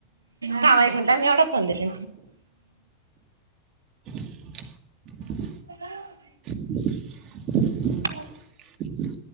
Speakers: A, on the right; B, on the right.
A: थांबा एक मिनीट ह मी एवढा फोन देते
B: देवून य
A: सगळं
B: सगळं सांगते
A: हो
B: बर